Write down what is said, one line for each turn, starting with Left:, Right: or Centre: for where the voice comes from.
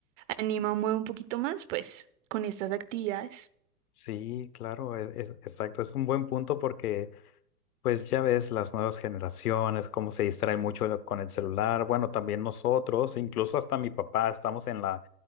Right: anima, mueve un poquito más, pues, con estas actividades.
Left: sí, claro, e- es, exacto. Es un buen punto porque Pues ya ves las nuevas generaciones, cómo se distraen mucho lo- con el celular. Bueno, también nosotros, incluso hasta mi papá, estamos en la,